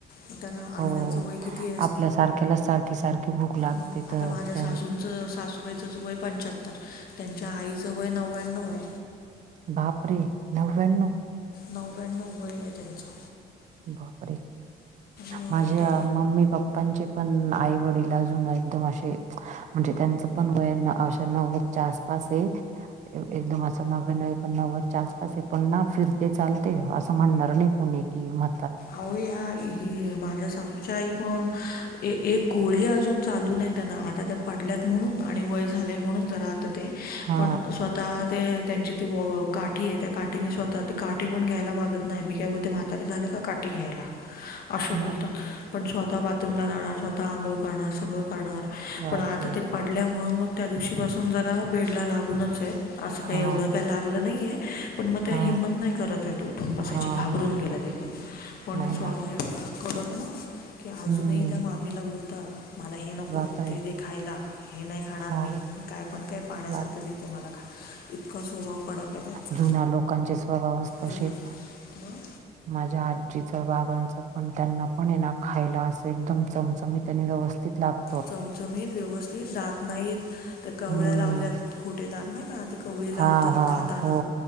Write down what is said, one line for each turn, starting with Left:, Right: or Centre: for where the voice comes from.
Left: मग त्यांना
Right: हो
Left: आणि त्यांच वय किती
Right: आपल्या सारख्याला सारखी सारखी भूक लागते
Left: मग
Right: तर
Left: आता माझ्या
Right: त्यां
Left: सासूनं- सासूबाईचं ज वय पंच्याहत्तर त्यांच्या आईच वय नव्याण्णव आहे.
Right: बापरे नव्याण्णव.
Left: नव्याण्णव्व वरी आहे त्यांचं.
Right: बापरे
Left: मग
Right: माझ्या
Left: त्या
Right: मम्मी पप्पा- त्याचे पण आईवडील अजून एकदम असे- म्हणजे त्यांचं पण वया अशा नव्वदच्या आसपास आहे. एकदम असं नव्वाणव पण नव्वद. आसपास आहे पण ना फिरते चालते असं म्हणणार नाही कोणी कि म-
Left: अहो या माझ्या सासूच्या आई- पण एक गोळी अजून चालू नाही त्यांना आता त्या पडल्यात म्हणून आणि वय झालंय म्हणून जरा. ते
Right: हा
Left: पण स्वतः ते त्यांची ती व काठी आहे. त्या काठीने स्वतः काठी पण घ्यायला मागत नाही मी काय बोलते म्हातारी झालं का काठी- घ्यायला असे
Right: मग
Left: बोलतात. पण स्वतः बाथरूमला जाणार स्वतः आंघोळ करणार सगळं करणार
Right: बापरे
Left: पण आता ते, पडल्या म्हणून मग त्या दिवशी पाासून जरा बेड ला लागूनच आहेत. असं काही
Right: हा
Left: एवढं काय लागलं नाही आहे, पण मग त्या
Right: हा
Left: हिंमत नाही करत आहेत उठून बसायची
Right: हा
Left: घाबरून गेल्यात एकदम- पण
Right: नाही
Left: स्वभाव
Right: ना
Left: एवढा कडक ना की अजूनही
Right: हम्म
Left: त्या मामीला बोलतात. मला हे नको
Right: बापरे
Left: ते तेे खायला हे नाही खाणार
Right: हो
Left: मी ते काय पण काय पाण्यासारखं
Right: बाप
Left: देते मला खा- इतका स्वभाव कडक. आहे त्यांचा
Right: जुन्या लोकांचे स्वभाव च तशेच.
Left: जुना मग
Right: माझ्या आजीच बाबांच पण त्यांना पण ना खायला असं एकदम चमचम- त्यांनी व्यवस्थित लाग-
Left: चमचमीत व्यवस्थित दात नाहीत त्या कवळ्या
Right: हम्म
Left: लावल्यात. खोटेदात नाही का ती कवळी
Right: हा
Left: लावतात
Right: हा
Left: खाताना
Right: हो